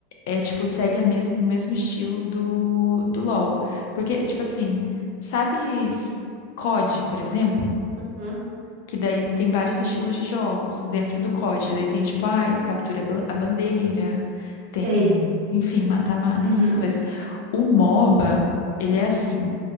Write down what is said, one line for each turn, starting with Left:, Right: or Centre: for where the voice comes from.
Left: é, tipo, segue a mesmo, o mesmo estilo do, do LoL, porque, tipo assim, sabe COD, por exemplo?
Right: Hum?
Left: Que daí tem vários estilos de jogos dentro do COD. Daí tem, tipo, ai, capture a ban- a bandeira,
Right: Sei.
Left: tem, enfim, mata-mata,
Right: Uhum.
Left: essas coisas. O MOBA, ele é assim,